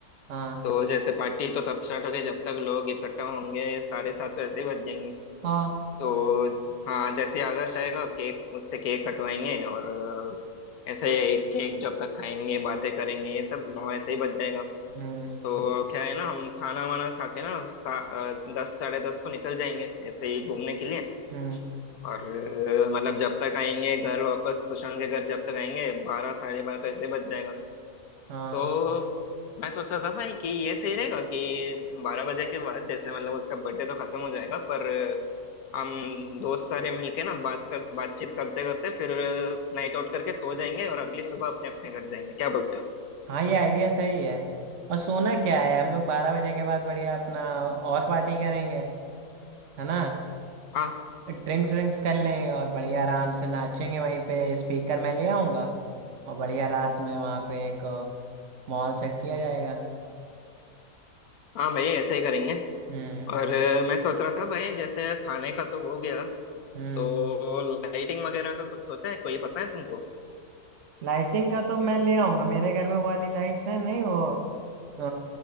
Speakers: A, on the right; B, on the left.
A: हाँ
B: तो जैसे पार्टी तो तब स्टार्ट होगी जब तक लोग इकट्ठा होंगे साढ़े सात तो ऐसे ही बज जाएंगे
A: हाँ
B: तो हाँ जैसे ही आदर्श आएगा केक उससे केक कटवाएंगे और अ, ऐसे ही केक जब तक खाएंगे बातें करेंगे ये सब नौ ऐसे ही बज जाएगा
A: हम्म
B: तो क्या है ना हम खाना वाना खा के ना सा, अ, दस साढ़े दस को निकल जाएंगे ऐसे ही घूमने के लिए
A: हम्म
B: और अ, मतलब जब तक आएंगे घर वापस सुशांत के घर जब तक आएंगे बारह साढ़े बारह तो ऐसे ही बज जाएगा
A: हाँ
B: तो मैं सोच रहा था भाई कि ये सही रहेगा कि बारह बजे के बाद जैसे मतलब उसका बर्थडे तो खत्म हो जाएगा पर अ, हम दोस्त सारे मिलके ना बात कर बातचीत करते करते फिर नाइट आउट करके सो जाएंगे और अगली सुबह अपने अपने घर जाएंगे क्या बोलते हो
A: हाँ ये आइडिया सही है और सोना क्या है हम लोग बारह बजे के बाद बढ़िया अपना और पार्टी करेंगे है ना
B: हाँ
A: ड्रिंक्स ड्रिंक्स कर लेंगे और बढ़िया आराम से नाचेंगे वहीं पे स्पीकर मैं ले आऊंगा और बढ़िया रात में वहाँ पे एक मॉल सेट किया जाएगा
B: हाँ भाई ऐसे ही करेंगे
A: हम्म
B: और अ, मैं सोच रहा था भाई जैसे खाने का तो हो गया
A: हम्म
B: तो लाइटिंग वगैरह का कुछ सोचा है कोई पता है तुमको
A: लाइटिंग का तो मैं ले आऊंगा मेरे घर में वो वाली लाइट्स हैं नहीं वो अ,